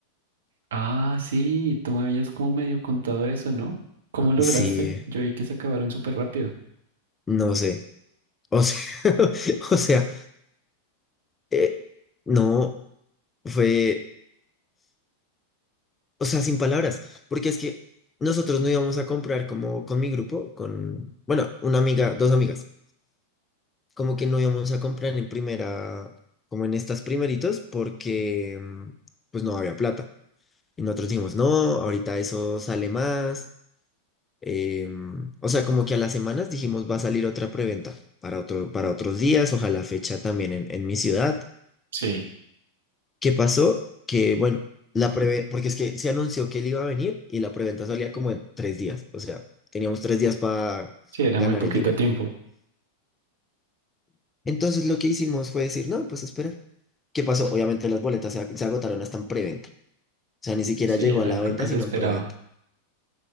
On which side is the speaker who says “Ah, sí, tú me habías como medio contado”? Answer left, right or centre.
Right